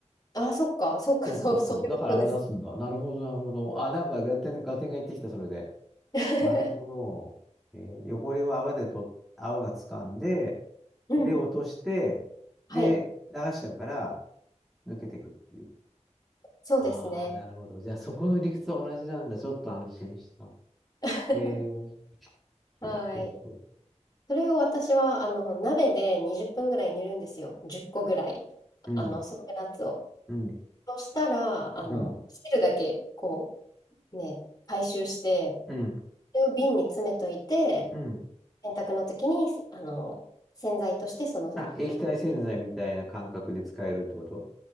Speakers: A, on the left; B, in the centre.
A: あ、そっか、そっか、
B: そうそうそう。
A: そう、そういうことです。
B: だから泡出すんだ。なるほど、なるほど。あ、なんかガテン、ガテンが言ってきた、それで。
A: <laughs>
B: なるほど。えー汚れを泡でと、泡が掴んで、
A: うん。
B: で、落として、
A: はい、
B: で、流しちゃうから、抜けてくっていう。
A: そうですね。
B: ああ、なるほど。じゃあ、そこの理屈は同じなんだ。ちょっと安心した。
A: <laughs>
B: えー、
A: はい。
B: そうそうそう。
A: それを私は、あの、鍋で20分ぐらい煮るんですよ。10個ぐらい。
B: うん、
A: あの、ソテナッツを。
B: うん、
A: そしたら、あの、
B: うん、
A: 汁だけ、こう、ね、回収して、
B: うん、
A: それを瓶に詰めといて、
B: うん。
A: 洗濯の時に、あの、洗剤として、その、
B: あ、液体洗剤みたいな感覚で使えるってこと
A: あの、